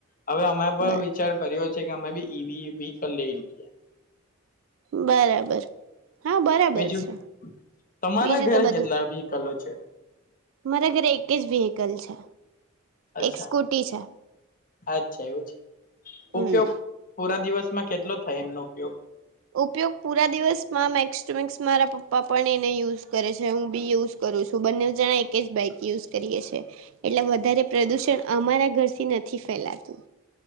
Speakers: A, on the left; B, on the right.
A: હવે અમે પણ
B: બર
A: વિચાર કર્યો છે કે અમે બી ઈ વી વ્હીકલ લઈ લઈએ
B: બરાબર. હા બરાબર
A: બીજું
B: છે
A: તમારા
B: બીજું
A: ઘરે
B: તો બધું
A: કેટલા વેહીકલો છે.
B: મારા ઘરે એક જ વેહીકલ છે.
A: અચ્છા
B: એક સ્કૂટી છે
A: અચ્છા એવું છે
B: હમ
A: ઉપયોગ પૂરા દિવસમાં કેટલો થાય એમનો ઉપયોગ
B: ઉપયોગ પૂરા દિવસમાં મેક્સ ટુ મક્સ મારા પપ્પા પણ એને યુઝ કરે છે હું બી યુઝ કરું છું બંને જણા એક જ બાઈક યુઝ કરીએ છીએ એટલે વધારે પ્રદુષણ અમારા ઘરથી નથી ફેલાતું